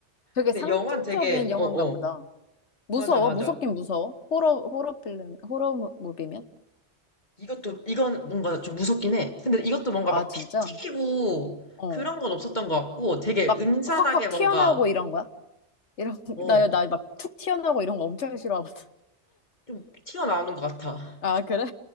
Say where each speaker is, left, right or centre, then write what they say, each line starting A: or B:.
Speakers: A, on the left (about 80°); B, on the left (about 40°).
A: 되게
B: 근데
A: 상징적인
B: 영화는 되게
A: 영화인가
B: 어어
A: 보다. 무서워?
B: 맞아 맞아
A: 무섭긴 무서워? 호러, 호러 필름, 호러 무- 무비면?
B: 이것도, 이건 뭔가 좀 무섭긴 해. 근데 이것도 뭔가
A: 아,
B: 막
A: 진짜?
B: 피 튀기고
A: 어.
B: 그런 건 없었던 것 같고 되게
A: 막
B: 음산하게
A: 확확
B: 뭔가,
A: 튀어나오고 이런 거야? 이런, <laughs>
B: 어,
A: 나, 나 막 툭 튀어나오고 이런 거 엄청 싫어하거든.
B: 좀 튀어나오는 것 같아.
A: 아, 그래?